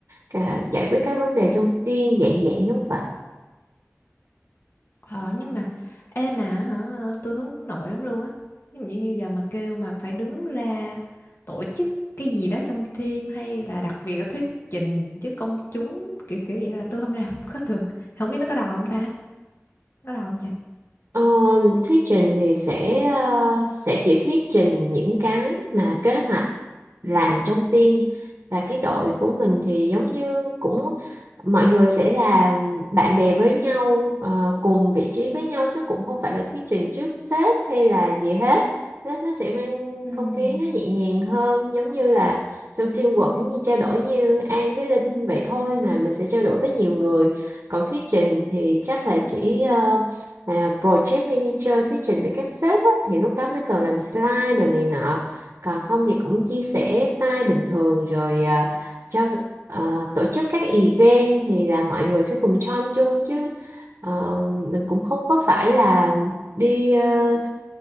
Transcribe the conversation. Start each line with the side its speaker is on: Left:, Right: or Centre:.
Right: cả- giải quyết các vấn đề trong team dạng dạng giống vậy
Left: Ờ, nhưng mà ê mà hả, tôi hướng nội lắm luôn á. Ví dụ như giờ mà kêu mà phải đứng ra tổ chức cái gì đó trong team hay là đặc biệt là thuyết trình với công chúng kiểu kiểu vậy là tôi không làm <laughs> có được. Không biết nó có đòi không ta? có đau không chị
Right: Ờ, thuyết trình thì sẽ ờ, sẽ chỉ thuyết trình những cái mà kế hoạch làm trong team và cái đội của mình thì giống như cũng mọi người sẽ là bạn bè với nhau ờ, cùng vị trí với nhau chứ cũng không phải là thuyết trình trước sếp hay là gì hết nó, nó sẽ mang
Left: Ừm,
Right: không khí nó nhẹ nhàng hơn giống như là trong teamwork giống như trao đổi như An với Linh vậy thôi mà mình sẽ trao đổi với nhiều người còn thuyết trình thì chắc là chỉ ờ, là project manager thuyết trình với các sếp á, thì lúc đó mới cần làm slide rồi này nọ còn không thì cũng chia sẻ file bình thường rồi à, cho ờ, tổ chức các event thì là mọi người sẽ cùng join chung chứ Ờ, mình cũng không có phải là đi ờ,